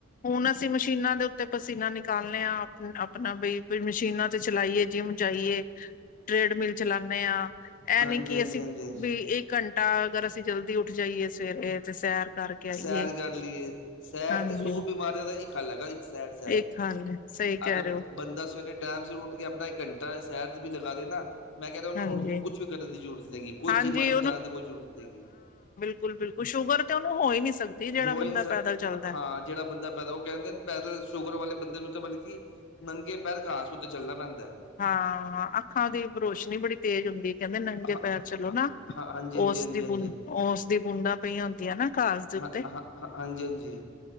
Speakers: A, on the left; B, on the left.
A: ਹੁਣ ਅਸੀਂ ਮਸ਼ੀਨਾਂ ਦੇ ਉੱਤੇ ਪਸੀਨਾ ਨਿਕਾਲਣੇ ਹਾਂ ਆਪਣਾ ਬਈ ਮਸ਼ੀਨਾਂ ਤੇ ਚਲਾਈਏ ਜਿਮ ਜਾਈਏ ਟ੍ਰੇਡਮਿਲ ਚਲਾਉਣਦੇ ਹਾਂ ਇਹ
B: ਹਾਂਜੀ
A: ਨੀ ਕਿ
B: ਹਾਂਜੀ
A: ਅਸੀਂ
B: ਹਾਂਜੀ
A: ਵੀ ਇੱਕ ਘੰਟਾ ਅਗਰ ਅਸੀਂ ਜਲਦੀ ਉੱਠ ਜਾਈਏ ਸਵੇਰੇ ਤੇ ਸੈਰ ਕਰਕੇ ਆਈਏ
B: ਸੈਰ ਕਰ ਲਈਏ। ਸੈਰ
A: ਹਾਂਜੀ
B: ਚ ਸੌ ਬਿਮਾਰੀਆਂ ਦਾ ਇਕ ਹੱਲ ਹੈਗਾ ਇਕ। ਸਾਡ ਸਾਰ
A: ਇੱਕ ਹਾਲ ਹੈ, ਸਹੀ ਕਹਿ
B: ਅਗਰ
A: ਰਹੇ ਹੋ
B: ਬੰਦਾ ਸਵੇਰੇ ਟੈਮ ਉੱਠਦਾ ਕਿ ਆਪਣਾ ਇਕ ਘੰਟਾ ਸੈਰ ਚ ਵੀ ਲਗਾ ਦੇ ਨਾ ਮੈਂ ਕਹਿ ਰਿਹਾ ਉਹਨੂੰ
A: ਹਾਂਜੀ
B: ਕੁਛ ਵੀ ਕਰਨ ਦੀ ਜ਼ਰੂਰਤ ਨਹੀ ਹੈ ਗਈ ਕੋਈ
A: ਹਾਂਜੀ
B: ਜਿੰਮਾਂ ਜਾਣ ਦੀ ਕੋਈ ਜ਼ਰੂਰਤ ਨਹੀ ਹੈ ਗਈ।
A: ਬਿਲਕੁੱਲ ਬਿਲਕੁੱਲ ਸ਼ੂਗਰ ਤੇ ਉਹਨੂੰ ਹੋ ਹੀ ਨੀ ਸਕਦੀ ਜਿਹੜਾ
B: ਹੋ
A: ਬੰਦਾ
B: ਇਨ
A: ਪੈਦਲ ਚਲਦਾ।
B: ਹਾਂ ਜਿਹੜਾ ਬੰਦਾ ਪੈਦਲ--ਉਹ ਕਹਿੰਦੇ ਨ ਪੈਦਲ ਸ਼ੂਗਰ ਵਾਲੇ ਬੰਦੇ ਨੂੰ ਤੇ ਬਲਕਿ ਨੰਗੇ ਪੈਰ ਘਾਸ ਉੱਤੇ ਚੱਲਣਾ ਪੈਂਦਾ।
A: ਹਾਂ ਅੱਖਾਂ ਦੀ ਰੋਸ਼ਨੀ ਬੜੀ ਤੇਜ਼ ਹੁੰਦੀ ਕਹਿੰਦੇ ਨੰਗੇ
B: ਹਾਂ
A: ਪੈਰ ਚਲੋ ਨਾ।
B: ਹਾਂ ਹਾਂਜੀ ਹਾਂਜੀ
A: ਓਸਦੀ
B: ਹਾਂਜੀ ਹਾਂਜੀ
A: ਬ ਓਸਦੀ ਬੂੰਦਾਂ ਪਈਆਂ ਹੁੰਦੀਆਂ ਨਾ ਘਾਸ ਦੇ ਉੱਤੇ।
B: ਹਾਂ ਹਾਂ ਹਾਂਜੀ ਹਾਂਜੀ